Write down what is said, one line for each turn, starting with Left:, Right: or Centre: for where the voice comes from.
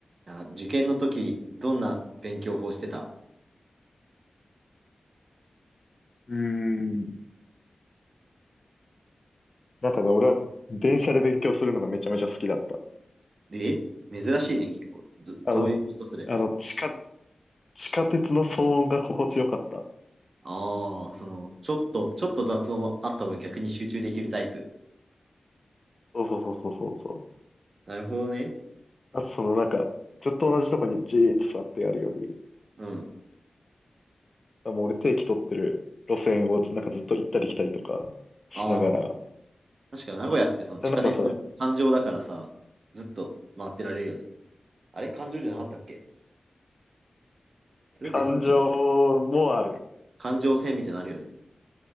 Right: あ受験の時、どんな勉強法してた
Left: うーん。なんかね、俺は電車で勉強するのがめちゃめちゃ好きだった。
Right: で、珍しいね、結構。ど、
Left: あの、
Right: どういうことそれ。
Left: あの、地下、地下鉄の騒音が心地よかった。
Right: ああ、その、ちょっと、ちょっと雑音あった方が逆に集中できるタイプ。
Left: そうそうそうそうそうそう。
Right: なるほどね。
Left: あとそのなんか、ずっと同じとこにじーっと座ってやるより、
Right: うん。
Left: あもう俺定期取ってる路線をなんかずっと行ったり来たりとかしながら、
Right: ああ、確か名古屋ってその地下鉄、
Left: で、なんかさ、
Right: 環状だからさ、ずっと回ってられるよね。あれ環状じゃなかったっけそれ別の
Left: 感情もある。
Right: 環状線みたいなのあるよね。